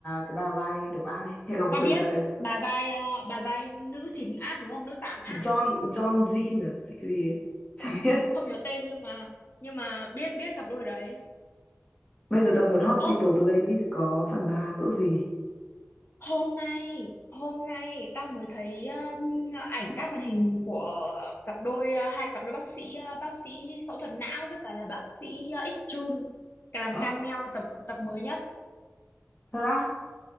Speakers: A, on the left; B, on the left.
A: cái bà vai độc ác ấy, hẹn hò cuộc
B: ta
A: đời
B: biết
A: thật ấy.
B: bà vai ờ, bà vai nữ chính ác đúng không nữ tám ác
A: John John Jean à hay cái gì ấy. <laughs> Chả biết.
B: không nhớ tên nhưng mà nhưng mà biết biết cặp đôi đấy
A: Bây giờ tao muốn Hospital
B: ô
A: Playlist có phần ba ước gì.
B: hôm nay hôm nay tao mới thấy um, ảnh các màn hình của cặp đôi uh, hai cặp đôi bác sĩ uh, bác sĩ đi phẫu thuật não với cả là bác sĩ uh, X Jun cả làm
A: Ơ,
B: cameo tập tập mới nhất
A: Thật á?